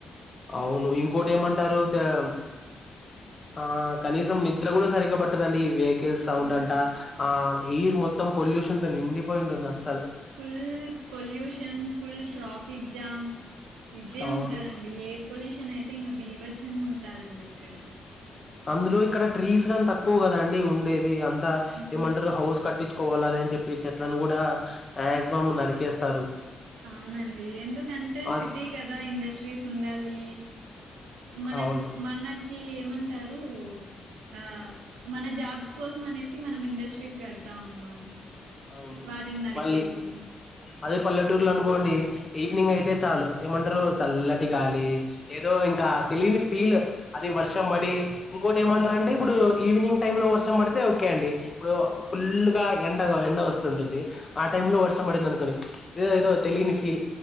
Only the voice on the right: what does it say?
అవునండి
ఫుల్ పొల్యూషన్ ఫుల్ టాపిక్ జమ్ ఇద్దే
ఉంటదండి ఎయిర్ పొల్యూషన్ అయితే ఇంకా బీభచ్చంగా ఉంటదండి ఇక్కడ.
మ్మ్
అవునండి ఎందుకంటే
సిటీ కదా ఇండస్ట్రీస్ ఉండాలీ మన
మనకి ఏమంటారు ఆ మన జాబ్స్ కోసం అనేసి మనం ఇండస్ట్రీస్ కడతా ఉన్నాం.
వాటిని నరికేసి